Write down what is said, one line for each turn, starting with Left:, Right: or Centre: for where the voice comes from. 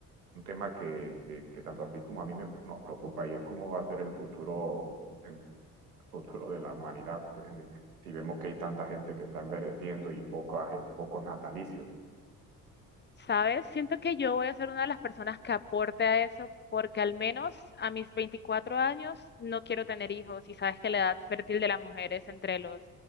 Right: un tema que, que- que tanto a ti como a mí me, nos preocupa y es cómo va a ser el futuro, el futuro de la humanidad eh, si vemos que hay tanta gente que está envejeciendo y pocas, pocos natalicios.
Left: ¿Sabes? Siento que yo voy a ser una de las personas que aporte a eso, porque al menos a mis 24 años no quiero tener hijos y sabes que la edad fértil de las mujeres entre los